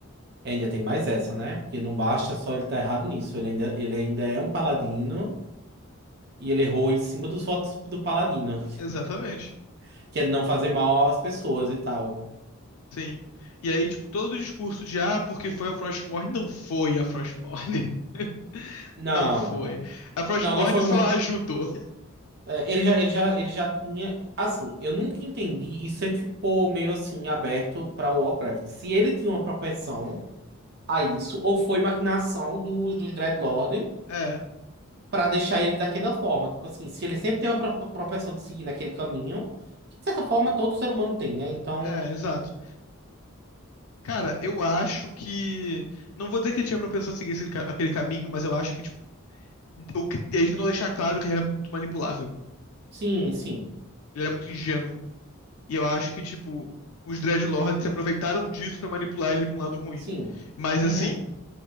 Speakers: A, on the right; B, on the left.
A: Ainda tem mais essa, né? Porque não basta só ele estar errado nisso, ele ainda, ele ainda é um paladino e ele errou em cima dos votos do paladino,
B: Exatamente.
A: <laughs> que é não fazer mal às pessoas e tal.
B: Sim. E aí, tipo, todo o discurso de ah, porque foi a Frostmourne, não foi a Frostmourne. <laughs>
A: Não,
B: Não foi.
A: não.
B: A Frostmourne
A: Não, não foi.
B: só ajudou.
A: É, ele já, ele já, ele já tinha. Assim, eu nunca entendi e sempre ficou meio assim aberto para Warcraft. Se ele tinha uma propensão a isso, ou foi maquinação dos, dos Dreadlord
B: É,
A: para deixar ele daquela forma. Tipo assim, se ele sempre teve a pro- propensão de seguir naquele caminho, que de certa forma todo ser humano tem, né? Então,
B: é, exato. Cara, eu acho que. Não vou dizer que ele tinha propensão a seguir esse ca- aquele caminho, mas eu acho que, tipo, o que a gente não deixar claro que ele era muito manipulável.
A: sim, sim,
B: Ele era muito ingênuo. E eu acho que, tipo, os Dreadlords se aproveitaram disso pra manipular ele pra um lado ruim.
A: sim.
B: Mas,
A: Uhum.
B: assim,